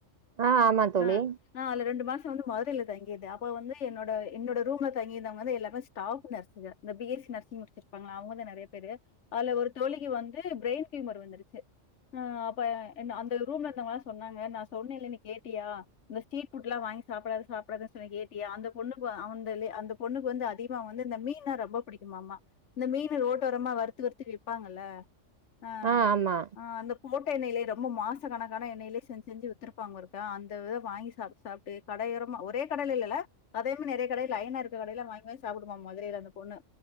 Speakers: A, on the right; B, on the left.
A: ஆ ஆமா தோழி
B: ஆஹ் ஆஹ் அல ரெண்டு மாசம் வந்து மதுரையில தங்கிருந்தேன் அப்ப வந்து என்னோட என்னோட ரூம்ல தங்கிருந்தவங்க எல்லாமே ஸ்டாஃப் நர்சங்கா பி எஸ் சி நர்சிங் முடிச்சிருப்பாங்களா அவங்க தான் நெறைய பேரு அதுல ஒரு தோழிக்கு வந்து பிரைன் ஹியூமர் வந்துருச்சு இப்ப அந்த ரூம்ல இருந்தவங்கல்லாம் சொன்னாங்க நான் சொன்னெல்ல நீ கேட்டியா இந்த ஸ்ட்ரீட் ஃபுட்ல்லாம் வாங்கி சாப்பிடாது சாப்பிடாதுன்னு சொல்லி கேட்டியா அந்த பொண்ணுக்கு அவந்த அந்த பொண்ணுக்கு வந்து அதிகமா வந்து இந்த மீன்னா ரொம்ப பிடிக்குமாமா இந்த மீன் ரோட்டோரமா வறுத்து வறுத்து விப்பாங்கல்ல அஹ்
A: ஆ ஆமா
B: ஆஹ் அந்த கோட் எண்ணெயிலே ரொம்ப மாச கணக்கான எண்ணெயிலே செஞ்சி செஞ்சி வித்திருப்பாங்க போலருக்கு ஆஹ் அந்த இதையே வாங்கி சாப்டு சாப்டு கடையோரமா ஒரே கடையில இல்ல அதே மாரி நெறைய கடை லயனா இருக்க கடையில வங்கி வங்கி சாப்பிடுமமா மதுரையில அந்த பொண்ணு